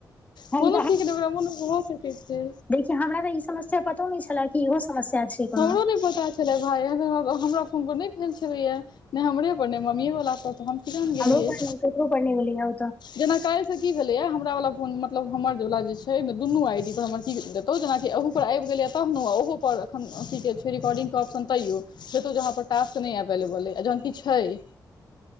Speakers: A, on the left (about 20°); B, on the left (about 75°).
A: हम
B: कोनो ठिक नऽ ओकरा मोन म भ सकै छै
A: देख हमरा तऽ ई समस्या पतो न छल इहो समस्या। छै कोनो
B: हमरो नहि पता छलै, भाए हमरा फोन पर नहि भेल छलैया नहि हमरे पर नहि मम्मी वला पर तऽ हम किदन गेलियै
A: हमरो पर नहि ककरो पर नहि गेलैया ओ तऽ
B: जेना काल्हि से कि भेलैया हमरा वाला फोन मतलब हमर वला जे छै दुनू आईडी पर हमर ची देतहु जेनाकि अह पर आबि गेलै तह ने ओहो पर एखनथ रीकॉर्डीग के ऑप्शन तैयो हे जहाँ पर सा एवेलेबल हैं जहन छै